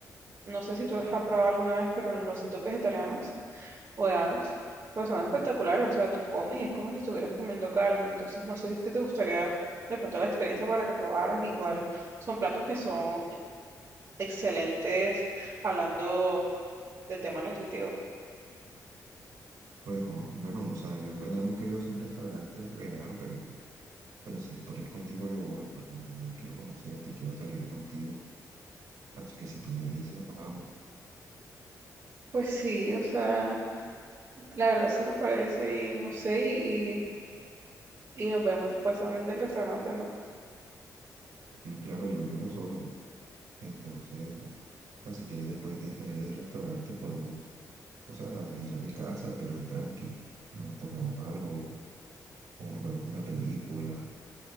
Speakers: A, on the right (about 45°); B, on the right (about 85°).
A: no sé si tú has probado alguna vez, pero en los sitios vegetarianos o veganos, pues son espectaculares, o sea, tú comes y es como si estuvieras comiendo carne, entonces no sé si qué te gustaría de pronto la experiencia para que probaras, igual son platos que son excelentes hablando de tema nutritivo.
B: Pues o- bueno, o sea, yo en verdad nunca he ido a un restaurante vegano, pero, pero si es por ir contigo yo voy, porque en verdad quiero conocerte y quiero salir contigo. Así que si tú me dices, vamos.
A: Pues sí, o sea, la verdad sí me parece y no sé, y, y nos vemos después también del restaurante, ¿no?
B: Sí, claro, yo vivo solo. Entonces, o sea, si quieres después de salir del restaurante podemos, o sea, ir a mi casa, pero tranqui. Nos tomamos algo como nos vemos una película